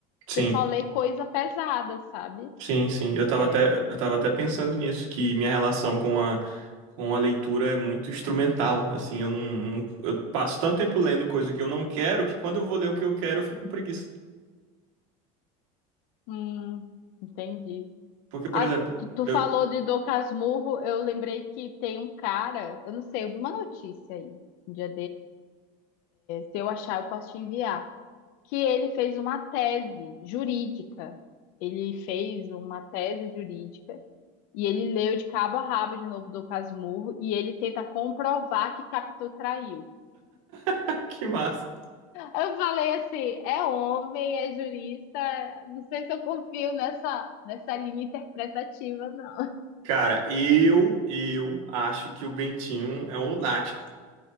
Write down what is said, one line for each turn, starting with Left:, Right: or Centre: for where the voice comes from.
Right: Sim.
Left: você só lê coisa pesada, sabe?
Right: Sim, sim. Eu tava
Left: É,
Right: até, eu tava até pensando nisso, que minha relação com a, com a leitura é muito instrumental. Assim, eu não, não- eu passo tanto tempo lendo coisa que eu não quero que quando eu vou ler o que eu quero, eu fico com preguiça.
Left: hum, entendi.
Right: Porque,
Left: Ah,
Right: por exemplo,
Left: tu, tu
Right: eu...
Left: falou de Dom Casmurro, eu lembrei que tem um cara, eu não sei, eu vi uma notícia aí, um dia Se eu achar, eu posso te enviar. Que ele fez uma tese jurídica. Ele fez uma tese jurídica e ele leu de cabo a rabo de novo do Casmurro e ele tenta comprovar que Capitu traiu.
Right: <laughs> Que massa.
Left: Eu falei assim, é homem, é jurista, não sei se eu confio nessa, nessa linha interpretativa, não.
Right: Cara, eu, eu acho que o Bentinho é um lunático.